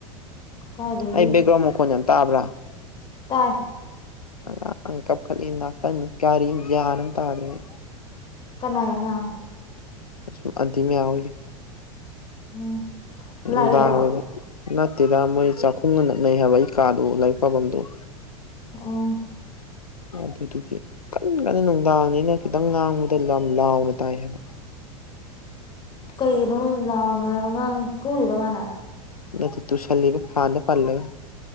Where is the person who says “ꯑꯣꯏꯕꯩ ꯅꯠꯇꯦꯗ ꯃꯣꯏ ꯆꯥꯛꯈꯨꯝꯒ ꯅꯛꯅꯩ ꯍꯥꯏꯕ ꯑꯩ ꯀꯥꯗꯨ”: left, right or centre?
Left